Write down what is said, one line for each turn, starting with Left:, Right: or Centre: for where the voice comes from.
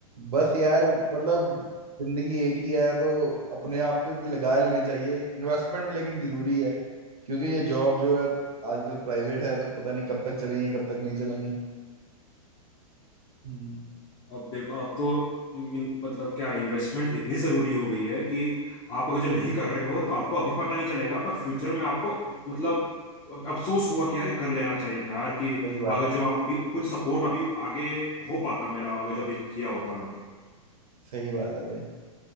Right: बस यार मतलब जिंदगी एक ही है तो अपने आप पे भी लगा लेने चाहिए इन्वेस्टमेंट में लेकिन जरूरी है क्योंकि ये जॉब जो है आजकल प्राइवेट है तो पता नहीं कब तक चलेंगी कब तक नहीं चलेंगी हम्म
Left: अब देखो अब तो मिन- मतलब क्या इन्वेस्टमेंट इतनी जरूरी हो गई है कि आप अगर जो नहीं कर रहे हो तो आपको अभी पता नहीं चलेगा पर फ्यूचर में आपको मतलब अब अफसोस होगा कि यार ये कर लेना चाहिए था यार कि
Right: सही बात
Left: अगर
Right: है
Left: जो आप भी कुछ सपोर्ट अभी आगे हो पाता मेरा अगर जो अभी किया होता मैं तो
Right: सही बात है भाई